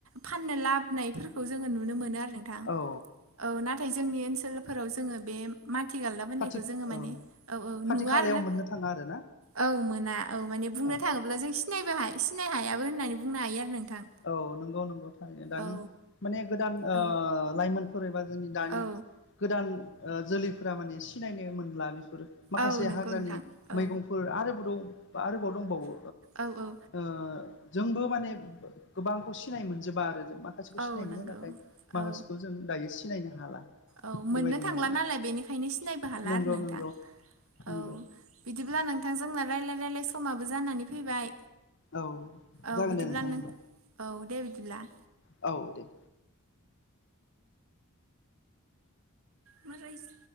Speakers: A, on the right (about 65°); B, on the left (about 55°).
A: फाननो लाबोनायफोरखौ जोङो नुनो मोनो आरो नों थां
B: औ
A: औ नाथाय जोंनि ओनोलफोराव जोङो बे माथि गालदाब होननायखौ
B: खाथि
A: जोङो मानिऔ
B: औ
A: औ
B: खाथि
A: नुवा
B: खालायाव
A: आरोना
B: मोननो थाङा आरो ना?
A: औ मोना औ माने बुंनो
B: औ
A: थाङोब्ला जों सिनायबो सिनायनो हायाबो होननानै बुंनो हायो आरो नोंथां
B: औ नंगौ नंगौ थारैनो दानि
A: औ
B: माने गोदान ओ
A: औ
B: लाइमोन फोर एबा जोंनि दानि
A: औ
B: गोदान जोलैफोरा माने सिनायनो मोनला बेफोर माखासे
A: औ नंगौ
B: हाग्रानि
A: नोंथां औ
B: मैगंफोर आरोबोराव आरोबाव दंबावो
A: औ औ
B: ओ जोंबो माने गोबांखौ सिनाय मोनजोबा आरो जों मा माखासेखौ
A: औ
B: सिनाय
A: नंगौ
B: मोनो नाथाय माखासेखौ
A: औ
B: जों दायो सिनायनो हाला
A: औ
B: बेबायदिनो
A: मोननो थांला
B: आरो
A: नालाय बेनिखायनो सिनायबो हाला
B: नंगौ
A: आरो नोंथां
B: नंगौ नंगौ
A: औ बिदिब्ला नोंथांजोंनो राय्लाय रायलाय समाबो जानानै फैबाय
B: औ
A: औ
B: जागोन
A: बिदिब्ला
B: दे नोंथां होमबा
A: नों औ दे बिदिब्ला
B: औ दे
A: मा रायज्ल